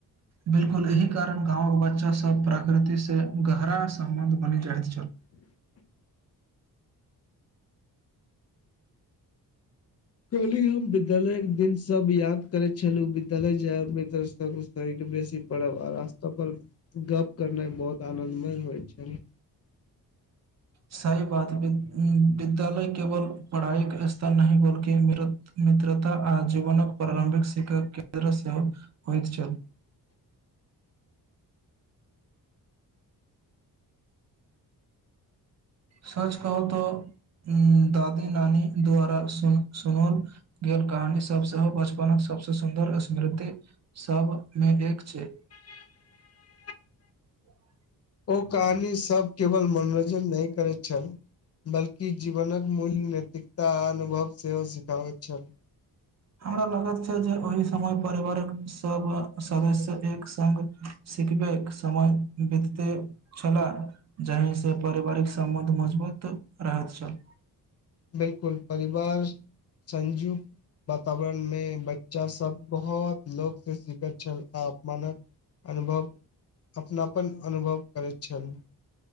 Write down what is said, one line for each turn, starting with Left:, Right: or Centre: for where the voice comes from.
Right: बिल्कुल एहि कारण गांव के बच्चा सब प्रकृति से गहरा सम्बंध बनि जाइत छल
Left: <unintelligible> कहली हम विद्यालय के दिन सब याद करे छलु विद्यालय जाय मे त बेसी पड़ब आ रास्ता पर गप करनाई बहुत आनंदमय होइ छै <inaudible>
Right: सही बात विद्यालय केवल पढ़ाई के स्तर नहि बल्कि म मित्रता आ जीवनक प्रारम्भिक शिक्षाक केन्द्र सेहो होइत छल
Left: <inaudible>
Right: सच कहू तऽ दादी नानी द्वारा सुन सुनल गे कहानी सभ सेहो बचपनक सबसे सुन्दर स्मृति सभमे एक छै
Left: <inaudible>
Right: <inaudible>
Left: ओ कहानी सब केवल मनोरञ्जन नहि करैत छल बल्कि जीवनक मूल नैतिकता आ अनुभव सेहो सिखाबैत छल
Right: हमरा लागत छल जे ओहि समय परिवारक सब सदस्य एक संग सिखबे के समय बितते छलाह जाहिसँ पारिवारिक संबन्ध मजबूत बहुत रहत छल
Left: बिलकुल परिवार संजु वातावरण में बच्चा सब बहुत लोक से सिखत छल अपमानक अनुभव अपनापन अनुभव करैत छल